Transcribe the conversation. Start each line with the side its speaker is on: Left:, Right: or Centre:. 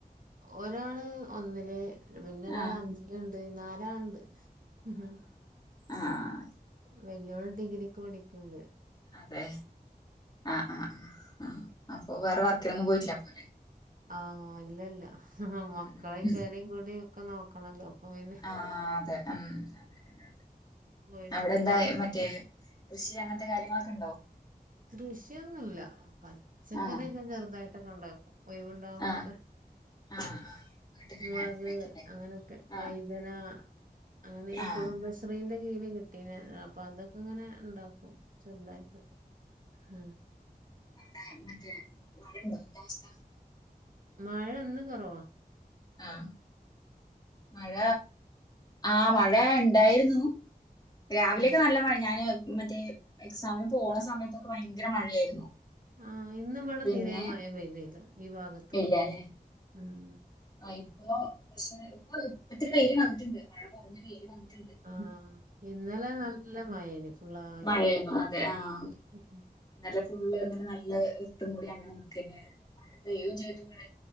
Right: ഒരാൾ ഒന്നില് പിന്നെ ഒരാൾ
Left: ആ
Right: അഞ്ച്ൽ ഇണ്ട് നാലാൾ ഇണ്ട് ഉം ഉം
Left: ആഹ്
Right: വെല്ലോൾ ഡിഗ്രിക്ക് പഠിക്ക്ണ്ട്
Left: അതെ ആഹ് ആഹ് ആഹ് ആഹ് അപ്പൊ വേറെ വർക്കിനൊന്നും പോയിറ്റില്ലാ അപ്പോലെ
Right: ആഹ് ഇല്ല ഇല്ല
Left: ഉം
Right: മക്കളിം
Left: ഉം
Right: പെരിം കുടും ഒക്കെ നോക്കണല്ലോ അപ്പൊ പിന്നെ
Left: ആഹ് അതെ ഉം അതെ അതെ അതെ
Right: പോയിട്ടില്ല
Left: അവ്ടെ എന്തായി മറ്റെ കൃഷി അങ്ങൻത്തെ കാര്യങ്ങളൊക്കെ ഇണ്ടോ?
Right: കൃഷിയൊന്നും ഇല്ല പച്ചക്കറി
Left: ആഹ്
Right: ഒക്കെ ചെറുതായിട്ടൊക്കെ ഇണ്ടാക്കും. ഒഴവ് ഇണ്ടാവുമ്പൊ
Left: ആഹ്
Right: ഒക്കെ.
Left: ആഹ് ആഹ് വീട്ടിലന്നെ
Right: മുളക്
Left: വെക്കില്ലേ
Right: അങ്ങനെയൊക്കെ
Left: ആഹ്
Right: വഴ്തന അങ്ങനെ ഈ
Left: ആഹ്
Right: കുടുംബ ശ്രീന്റെ കീഴില് കിട്ടീനി അപ്പ അതൊക്കെ ഇങ്ങനെ ഇണ്ടാക്കും. ചെറ്തായിട്ടൊക്കെ ആഹ്
Left: <unintelligible> മഴ ഇണ്ടോ എന്താ അവസ്ഥാ?
Right: മഴ ഇന്ന് കൊറവാ
Left: ആഹ് മഴ ആഹ് മഴ ഇണ്ടായിരുന്നു. രാവിലെയൊക്കെ
Right: ആഹ്
Left: നല്ല മഴ ഞാന് മറ്റേ എക്സാമിന് പോണ സമയത്തൊക്കെ ഭയങ്കര മഴയായിരുന്നു.
Right: ആഹ് ഇന്ന് ഇവടെ
Left: പിന്നെ
Right: തിരെ മഴ പെയ്തി ഇല്ലാ ഈ ഭാഗത്ത്ക്ക്.
Left: ഇല്ലല്ലെ
Right: ‌ ഉം
Left: ആഹ് ഇപ്പൊ പക്ഷെ ഇപ്പൊ ഇപ്പ ഇത്തിരി വെയില് വന്നിട്ട് ഇണ്ട് മഴ കൊറഞ്ഞ് വെയില് വന്നിട്ട് ഇണ്ട്.
Right: ആഹ് ഇന്നലെ നല്ല മഴ എനി ഫുള്ളാ
Left: മഴെന്നു അതെ ആഹ്.
Right: ഉം ഉം
Left: ഇന്നലെ ഫുള്ള് ഇങ്ങനെ നല്ല ഇര്ട്ട് മൂടി അങ്ങനെ നിക്കെ‌ന്നെയ്ര്ന്നു മഴ പെയ്യും ചെയ്ത്ക്ക്‌ണ്.